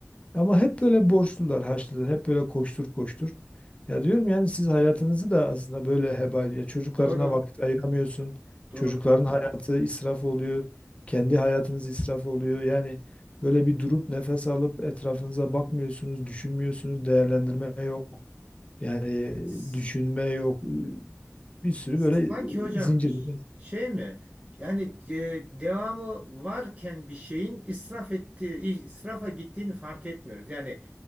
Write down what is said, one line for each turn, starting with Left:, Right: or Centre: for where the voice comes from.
Left: Ama hep böyle borçlular, harçlılar, hep böyle koştur koştur. Ya diyorum yani siz hayatınızı da aslında böyle heba ya çocuklarına
Right: Doğru.
Left: vakit ayıramıyorsun.
Right: Doğru.
Left: Çocukların hayatı israf oluyor. Kendi hayatınız israf oluyor. Yani böyle bir durup nefes alıp etrafınıza bakmıyorsunuz, düşünmüyorsunuz, değerlendirme yok. Yani
Right: S-
Left: düşünme yok. Bir sürü
Right: Sanki
Left: böyle
Right: hocam
Left: e, zincirleme.
Right: şey mi? Yani e, devamı varken bir şeyin israf ettiği, israfa gittiğini fark etmiyoruz. Yani